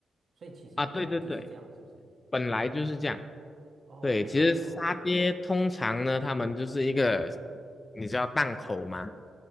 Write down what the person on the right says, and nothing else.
所以其实本来就是这样，
是不是？
哦，
原来哦，